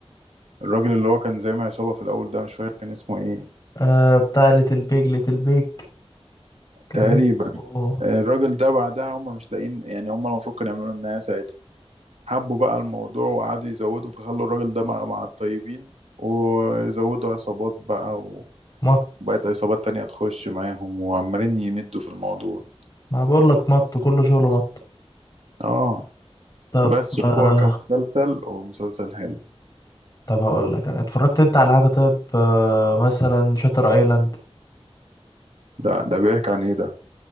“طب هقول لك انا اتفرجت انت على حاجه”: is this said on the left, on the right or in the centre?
Left